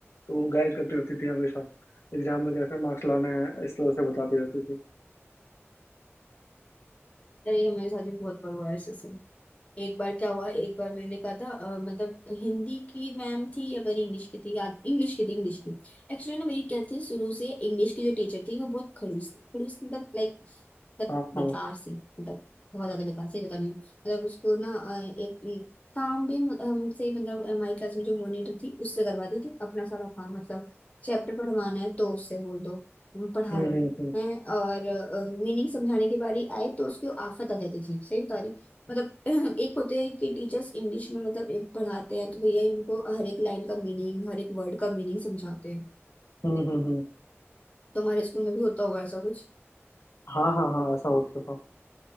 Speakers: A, on the left; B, on the left.
A: तो गाइड करती रहती थी हमेशा एग्जाम में कैसे मार्क्स लाने हैं इस तरह से बताती रहती थी
B: अरे हमारे साथ भी बहुत बार हुआ है ऐसे ऐसे। एक बार क्या हुआ एक बार मैंने कहा था अ, मतलब हिंदी की मैम थी या पता इंग्लिश की थी याद इंग्लिश की थी इंग्लिश की एक्चुअली ना मेरी क्या थी शुरू से इंग्लिश की जो टीचर थी वो बहुत खड़ूस थी खड़ूस मतलब लाइक मतलब
A: हाँ
B: बेकार
A: हाँ
B: सी मतलब बहुत ज्यादा बेकार सी बता रही हूँ मतलब उसको ना अ, एक एक काम भी हमसे मतलब हमारी क्लास में जो मॉनिटर थी उससे करवाती थी अपना सारा काम मतलब चैप्टर पढ़वाना है तो उससे बोल दो पढ़ा
A: हम्म
B: लो
A: हम्म हम्म
B: हैं और मीनिंग समझाने की बारी आए तो उसको आफत आ जाती थी सही बता रही हूँ मतलब <clears throat> <laughs> एक होते हैं कि टीचर्स इंग्लिश में मतलब एक पढ़ाते हैं तो भैया इनको हर एक लाइन का मीनिंग हर एक वर्ड का मीनिंग समझाते हैं
A: हम्म हम्म हम्म।
B: तो हमारे स्कूल में भी होता होगा ऐसा कुछ
A: हाँ हाँ हाँ ऐसा होता था